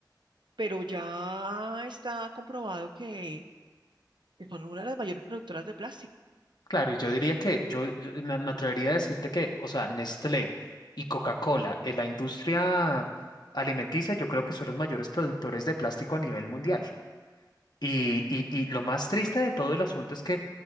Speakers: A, on the right (about 80°); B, on the left (about 65°).
A: pero ya está comprobado que son una de las mayores productoras de plástico.
B: Claro, y yo diría que
A: Ellos,
B: yo, yo me, me atrevería a decirte que, o sea, Nestlé y Coca-Cola en la industria alimenticia, yo creo que son los mayores productores de plástico a nivel mundial. Y, y, y lo más triste de todo el asunto es que